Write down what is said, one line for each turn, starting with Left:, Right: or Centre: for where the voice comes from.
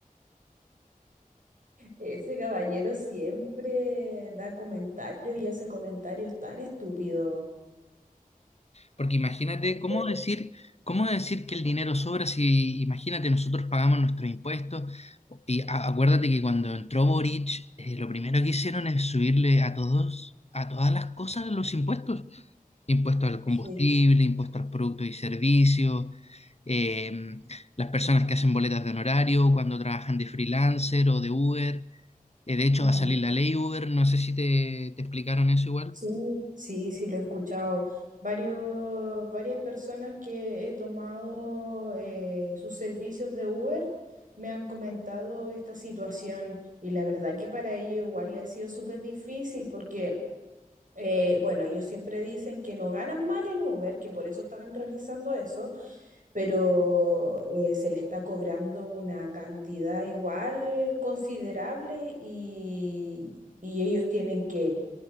Right: Ese caballero siempre da comentarios y hace comentarios tan estúpidos.
Left: Porque imagínate,
Right: Ay,
Left: ¿cómo decir, cómo decir que el dinero sobra si, imagínate, nosotros pagamos nuestros impuestos? Y a- acuérdate que cuando entró Boric, eh, lo primero que hicieron es subirle a todos, a todas las cosas los impuestos. impuesto al combustible,
Right: Sí.
Left: impuestos a los productos y servicios, eh, las personas que hacen boletas de honorario cuando trabajan de freelancer o de Uber. Eh, de hecho,
Right: Mm.
Left: va a salir la ley Uber, no sé si te, te explicaron eso igual.
Right: Sí, sí, sí, lo he escuchado. Varios, varias personas que he tomado eh, sus servicios de Uber me han comentado esta situación y la verdad que para ellos igual le ha sido súper difícil porque, eh, bueno, ellos siempre dicen que no ganan mal en Uber, que por eso están realizando eso, pero eh, se le está cobrando una cantidad igual considerable y, y ellos tienen que